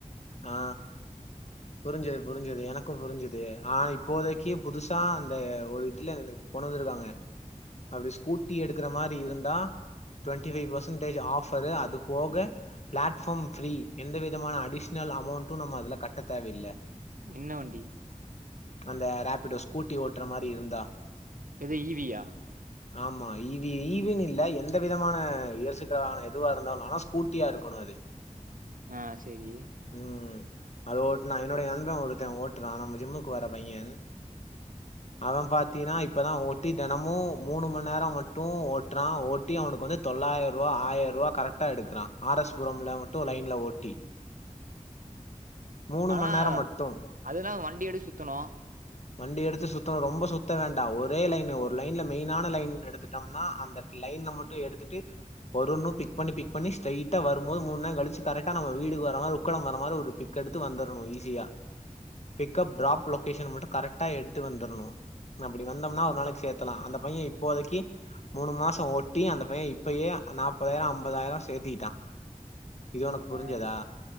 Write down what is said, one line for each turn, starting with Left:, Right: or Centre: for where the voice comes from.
Left: ஆ புரிஞ்சது புரிஞ்சது எனக்கும் புரிஞ்சுது ஆனா இப்போதைக்கு புதுசா அந்த ஒரு இதுல கொண்டு வந்துருக்காங்க அப்படி ஸ்கூட்டி எடுக்குற மாரி இருந்தா டவண்டிபைவ் பர்சென்டேஜ் ஆஃபர் அது போக பிளாட்பார்ம் பிரீ எந்த விதமான அடிஷ் னல் அமௌண்ட்டும் நம்ம அதுல கட்ட தேவையில்ல
Right: என்ன வண்டி
Left: அந்த ரேபிடோ ஸ்கூட்டி ஓட்டுற மாரி இருந்தா
Right: இது ஈவியா
Left: ஆமா ஈவி ஈவின்னு இல்ல எந்த விதமான இயசுக்கான எதுவா இருந்தாலும் ஆனா ஸ்கூட்டியா இருக்கணும் அது
Right: ஆ செரி
Left: ம் அது ஓட்டுனா என்னுடைய நண்பன் ஒருத்தன் ஓட்டுறா நம்ம ஜிம்முக்கு வர பையன் அவ பாத்தீன்னா இப்பதா ஓட்டி தெனமு மூணு மணி நேரம் மட்டு ஓட்டுறா ஓட்டி அவனுக்கு வந்து தொள்ளாயிர ரூபா ஆயிர ரூபா கரெக்டா எடுக்கிறா ஆரஸ்புரம்ல மட்டு லைன்ல ஓட்டி மூணு
Right: ஆனா
Left: மண் நேரோ மட்டு
Right: அதுதா வண் டியெடு சுத்தனு
Left: வண்டி எடுத்து சுத்தனு ரொம்ப சுத்த வேண்டா ஒரே லைனு ஒரு லைன்ல மெயினான லைன் எடுத்துட்டோம்னா அந்த லைன்ல மட்டு எடுத்துட்டு ஒருன்னு பிக் பண்ணி பிக் பண்ணி ஸ்டைட்டா வரும்போது மூணு நேரம் கழிச்சி கரெட்கா நம்ம வீடுக்கு வர மாரி உக்கடம் வர மாரி ஒரு பிக் எடுத்து வந்துரணு ஈஸியா பிக்கப் ட்ராப் லொகேஷன் மட்டு கரெட்டா எடுத்து வந்துரணு அப்டி வந்தோம்னா ஒரு நாளைக்கு சேத்தலா அந்த பைய இப்போதைக்கு மூணு மாசம் ஓட்டி அந்த பைய இப்பயே நாப்பதாயிர ஐம்பதாயிர சேத்திட்டா இது உனக்கு புரிஞ்சதா
Right: ஆ